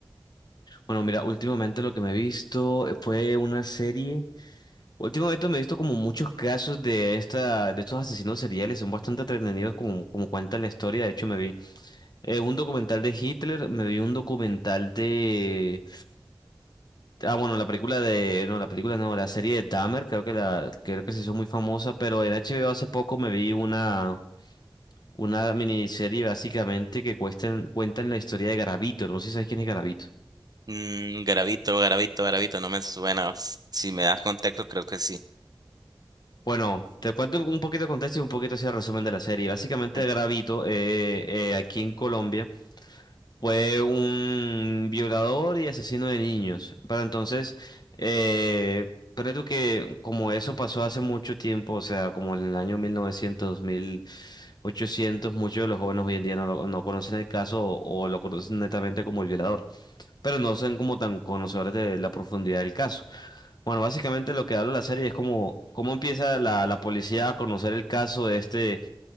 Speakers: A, on the left (about 55°); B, on the right (about 50°).
A: Bueno, mira, últimamente lo que me he visto eh, fue una serie. Últimamente me he visto como muchos casos de esta, de estos asesinos seriales, son bastante entretenidos como, como cuentan la historia. De hecho, me vi Eh, un documental de Hitler, me vi un documental de... Ah, bueno, la película de... No, la película no, la serie de Dahmer, creo que la... creo que se hizo muy famosa, pero en HBO hace poco me vi una, una miniserie básicamente que cuestan- cuentan la historia de Garavito, no sé si sabes quién es Garavito.
B: Mm, Gravito, Gravito, Gravito, no me suena. S- Si me das contexto, creo que sí.
A: Bueno, te cuento un poquito de contexto y un poquito así el resumen de la serie. Básicamente
B: Ok.
A: Garavito, eh, eh, aquí en Colombia, Fue un violador y asesino de niños. Pero entonces, eh, pero tú que como eso pasó hace mucho tiempo, o sea, como en el año mil novecientos mil ochocientos, muchos de los jóvenes hoy en día no, lo- no conocen el caso o, o lo conocen netamente como el violador, pero no son como tan conocedores de la profundidad del caso. Bueno, básicamente lo que habla la serie es como cómo empieza la, la policía a conocer el caso de este